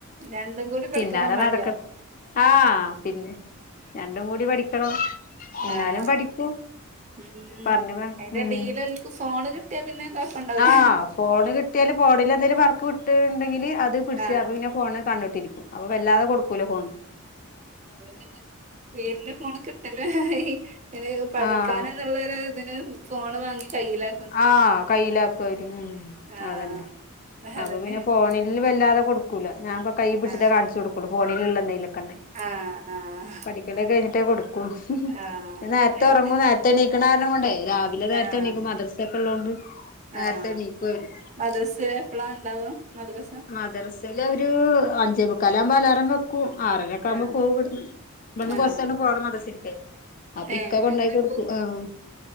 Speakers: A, on the right; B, on the left.
A: രണ്ടും കൂടി പഠിക്കുമ്പോ
B: പിന്നാലെ
A: മടിയാവും
B: നടക്കും ആഹ് പിന്നെ രണ്ടും കൂടി പഠിക്കണം എന്നാലും
A: ആഹ്.
B: പഠിക്കും
A: ഉം.
B: പറഞ്ഞു പറ
A: അയിന്റെടീല്ഓൽക്ക്
B: ഉം
A: ഫോണ് പിന്നെ കൊഴപ്പണ്ടാവൂല
B: ആഹ്, ഫോണ് കിട്ടിയാല് ഫോണിൽ എന്തേിലും വർക്ക് വിട്ട് ണ്ടെങ്കിങ്കില് അത് പിടിച്ച
A: ആഹ്
B: അപ്പപിന്നെ ഫോണ് കണ്ടോട്ടിരിക്കും. അപ്പൊ വല്ലാതെ കൊടുക്കൂല ഫോണ്.
A: അതന്നെ പേരിന്റെ ഫോൺ കിട്ടലൂ ആയി. പിനെ പഠിക്കാന
B: ആഹ്
A: ന്ന് ത് വരെ തിനു ഫോണ് വാങ്ങി കയ്യിലാ
B: ആഹ്.. കയ്യിലാക്കു വര് ഉ
A: ആഹ്
B: അതന്നെ അപ്പൊ
A: അതന്നെയാണ്
B: പിന്നെ ഫോണില് വല്ലാതെ കൊടുക്കൂല. ഞാൻ കൈ പിടിച്ചിട്ടേ
A: ആഹ്
B: കാണിച്ചെടുക്കുള്ളു. ഫോണിലുള്ള എന്തങ്കിലൊക്കെ ണ്ടെ
A: ആഹ് ആഹ്
B: പഠിക്കലൊക്കെ കഴിഞ്ഞിട്ടേ കൊടുക്കൂ ള്ളു. ഹ് ഹ്,
A: ആഹ്
B: പിന്നെ നേര്ത്തെ
A: ഇവടിം അങ്ങൻതന്നെ
B: ഉറങ്ങൂ, നേര്ത്തെ ണിക്കണ കാരണം കൊണ്ടേ, രാവിലെ നേരത്തെ
A: ആഹ്
B: എണീക്കും. മദ്രസ ഒക്കെ ഉള്ളതോണ്ട്. നേരത്തെ
A: ആഹ്
B: ണീക്കും അവര്
A: മദ്രസ് എപ്പളാ ണ്ടാവ മദ്രസ
B: മദ്രസേൽ അവര് അഞ്ചെ ബ മുക്കാലാവകുമ്പോ അലാറം വെ ആറര ഒക്കെ ആവുമ്പോ
A: ആഹ്
B: പോവും വിടന്ന്. ഇവിടന്ന്
A: ആഹ്
B: കൊറച്ചാണ്ട് പോകണം മദ്രസക്ക്. അപ്പൊ,
A: ഏഹ്
B: ഇക്ക കൊണ്ടോ
A: അങ്ങനെ
B: യാക്കി കൊടുക്കും.
A: പോകാ
B: ആഹ്..